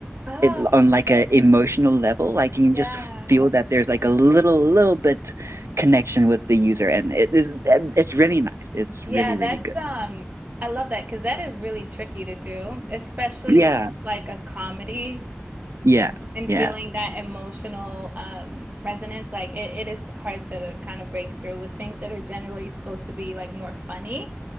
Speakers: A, on the right (about 40°); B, on the right (about 80°).
A: Oh,
B: it on like a emotional level. Like you can
A: yeah.
B: just feel that there's like a little little bit connection with the user and it is and it's really nice. It's
A: Yeah,
B: really, really
A: that's
B: good.
A: um I love that because that is really tricky to do, especially
B: Yeah.
A: when it's like a comedy.
B: Yeah.
A: and
B: Yeah.
A: feeling that emotional um resonance like it, it is hard to kind of break through with things that are generally supposed to be like more funny